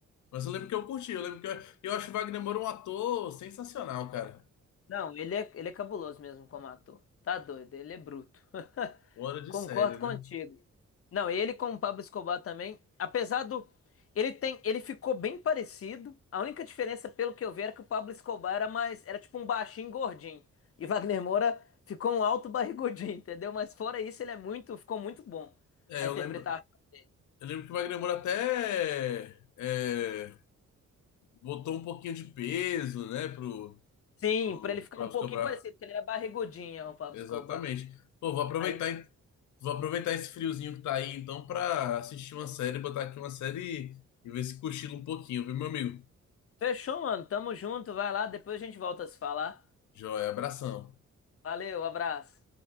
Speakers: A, on the left; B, on the left.
A: Mas eu lembro que eu curti, eu lembro que eu, eu acho o Wagner Moura um ator sensacional, cara.
B: Não, ele é, ele é cabuloso mesmo como ator. Tá doido, ele é bruto. <laughs>
A: Fora de
B: Concordo
A: série,
B: contigo.
A: né?
B: Não, ele com o Pablo Escobar também, apesar do ele tem, ele ficou bem parecido. A única diferença, pelo que eu vi, era que o Pablo Escobar era mais, era tipo um baixinho gordinho e Wagner Moura ficou um alto <laughs> barrigudinho, entendeu? Mas fora isso, ele é muito, ficou muito bom
A: É,
B: a
A: eu
B: interpretação
A: lembro,
B: dele.
A: eu lembro que o Wagner Moura até. é, botou um pouquinho de peso, né, pro,
B: Sim,
A: pro,
B: pra ele ficar
A: pro
B: um pouquinho
A: Escobar.
B: parecido, porque ele era barrigudinho, o Pablo
A: Exatamente.
B: Escobar.
A: Pô, vou aproveitar,
B: Aí,
A: hein? vou aproveitar esse friozinho que tá aí, então, pra assistir uma série, botar aqui uma série e ver se cochila um pouquinho, viu, meu amigo?
B: fechou, mano. Tamo junto, vai lá, depois a gente volta a se falar.
A: Joia, abração.
B: Valeu, abraço.